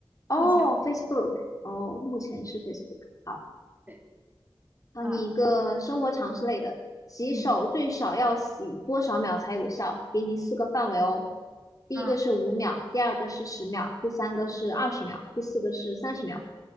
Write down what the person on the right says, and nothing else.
目前为
止，
嗯
嗯
嗯